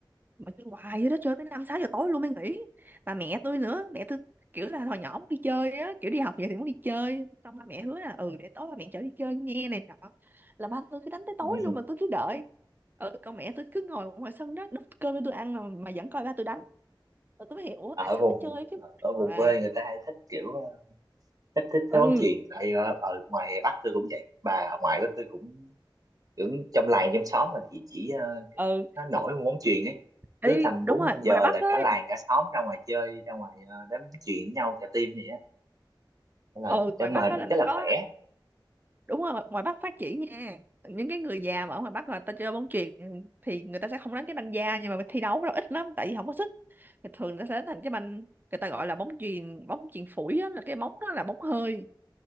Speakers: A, on the right (about 25°); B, on the right (about 45°).
A: mà chơi hoài vậy đó chơi tới năm sáu giờ tối luôn mới nghỉ bà mẹ tôi nữa mẹ tôi kiểu là hồi nhỏ muốn đi chơi á kiểu đi học vậy thì muốn đi chơi xong ba mẹ hứa là ừ để tối ba mẹ chở đi chơi nghe này nọ là ba tôi cứ đánh tới tối
B: <laughs>
A: luôn mà tôi cứ đợi ừ con mẹ tôi cứ ngồi ngoài sân đó đút cơm cho tôi ăn mà, mà vẫn coi ba tôi đánh rồi tôi mới hiểu "Ủa,
B: ở
A: tại sao
B: vùng
A: nó chơi cái
B: ở vùng
A: hoài
B: quê người ta hay thích kiểu ờ, thích thích
A: ừ
B: theo bóng chuyền tại ở, ở ngoài Bắc tôi cũng vậy bà ngoại của tôi cũng kiểu trong làng trong xóm là chị chỉ ờ, kiểu
A: ừ
B: nó nổi một bóng chuyền ấy
A: ý
B: cứ tầm
A: đúng
B: bốn
A: rồi
B: năm giờ
A: ngoài Bắc
B: là
A: ấy
B: cả làng cả xóm ra ngoài chơi ra ngoài ờ, đánh bóng chuyền với nhau cả team vậy á Nên là
A: ừ
B: để
A: ngoài
B: mà
A: Bắc
B: được
A: á là nó
B: cái là
A: có
B: khỏe
A: đúng rồi ngoài Bắc phát triển nha những cái người già mà ở ngoài Bắc là ta chơi bóng chuyền thì người ta sẽ không đánh cái banh da nhưng mà thi đấu nó ít lắm tại vì không có sức thì thường người ta sẽ đánh thành cái banh người ta gọi là bóng chuyền bóng chuyền phủi á, là cái bóng đó là bóng hơi